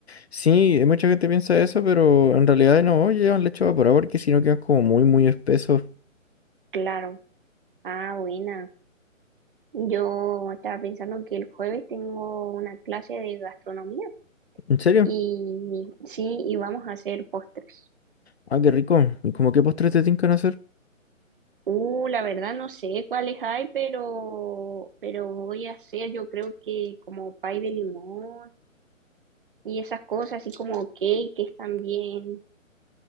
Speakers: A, on the left; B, on the right.
A: Sí, eh, mucha gente piensa eso, pero en realidad no llevan leche evaporada porque si no quedan como muy, muy espesos.
B: Claro. Ah, buena. Yo estaba pensando que el jueves tengo una clase de gastronomía
A: ¿En serio?
B: y sí, y vamos a hacer postres.
A: Ah, qué rico. ¿Y como qué postres te tincan hacer?
B: Uh, la verdad no sé cuáles hay, pero, pero voy a hacer yo creo que como pay de limón y esas cosas, así como cakes también.